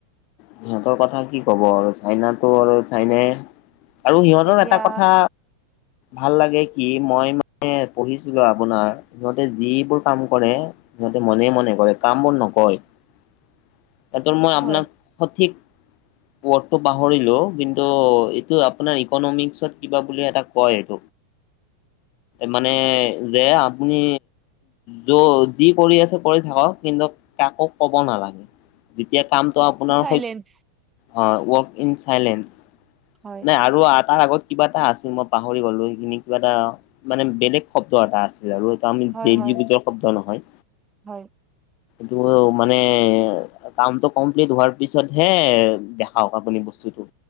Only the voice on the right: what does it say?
এতিয়া
হয়
<unintelligible>
চাইলেস
হয়
হয়
হয়
হয়